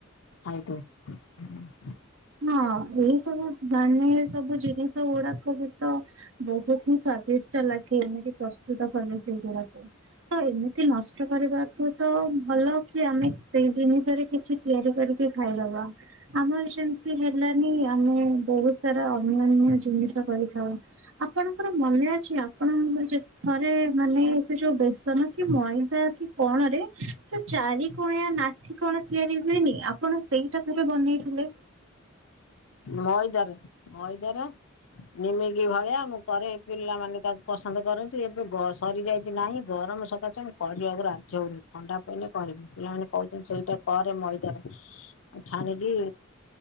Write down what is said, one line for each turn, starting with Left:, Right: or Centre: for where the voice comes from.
Left: ଆ ହ <inaudible>
Right: ହଁ ଏଇ ସବୁ ଧ୍ୟାନେ ସବୁ ଜିନିଷ ଗୁଡାକ ବି ତ ବହୁତ ହିଁ ସ୍ୱା ଲାଗି ଏମିତି ପ୍ରସ୍ତୁତ କଲେ ସେଇଗୁଡାକୁ ତ ଏମିତି ନଷ୍ଟ କରିବାକୁ ତ ଭଲ କି ଆମେ ସେଇ ଜିନିଷରେ କିଛି ତିଆରି କରିକି ଖାଇଦବା ଆମରି ହେଲାନି ଆମେ ବହୁତ ସାରା ଅନ୍ୟନ୍ୟ ଜିନିଷ କରିଥାଉ। ଆପଣଙ୍କର ମନେ ଅଛି ଆପଣଙ୍କ ଯେ ଥରେ ମାନେ ସେ ଯୋଉ ବେସନ କି ମଇଦା କି କଣରେ ଚାରି କୋଣିଆ ନାଠି କଣ ତିଆରି ହୁଏନି ଆପଣ ସେଇଟା ଥରେ ବନେଇଥିଲେ।
Left: ମଇଦାରେ ମଇଦାରେ ନିମିକି ଏଭଳିଆ ମୁଁ କରେ ପିଲାମାନେ ତାକୁ ପସନ୍ଦ କରନ୍ତି। ଏବେ ଗ- ସରିଯାଇଛି ନାହିଁ ଗରମ ସକାଶେ ମୁଁ କରିବାକୁ ରାଜି ହଉନି ଥଣ୍ଡା ପଡ଼ିଲେ କରିବି ପିଲାମାନେ କହୁଛନ୍ତି ସେଇଟା କରେ ମଇଦାରେ ଆଉ ଛାଣିକି